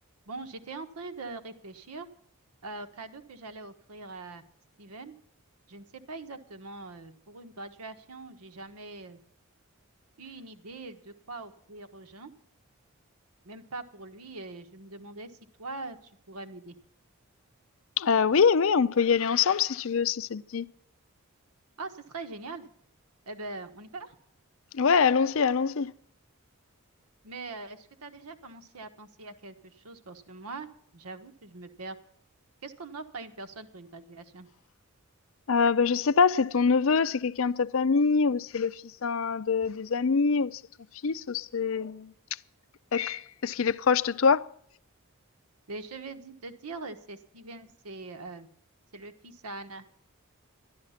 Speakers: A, on the right; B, on the left.
A: Bon, j'étais en train de réfléchir euh, au cadeau que j'allais offrir à Steven. Je ne sais pas exactement euh, pour une graduation, j'ai jamais euh, eu une idée de quoi offrir aux gens, même pas pour lui. et je me demandais si toi, tu pourrais m'aider.
B: Heu, oui, oui, on peut y aller ensemble si tu veux, si ça te dit.
A: Ah, ce serait génial. Eh ben, on y va.
B: Ouais, allons-y, allons-y.
A: Mais euh, est-ce que tu as déjà commencé à penser à quelque chose? Parce que moi, j'avoue que je me perds. Qu'est-ce qu'on offre à une personne pour une graduation?
B: Heu, bah, je sais pas, c'est ton neveu, c'est quelqu'un de ta famille ou c'est le fils d'un de des amis ou c'est ton fils ou c'est est-ce est-ce qu'il est proche de toi?
A: Et je vais di- te dire, c'est Steven, c'est euh, c'est le fils à Anna.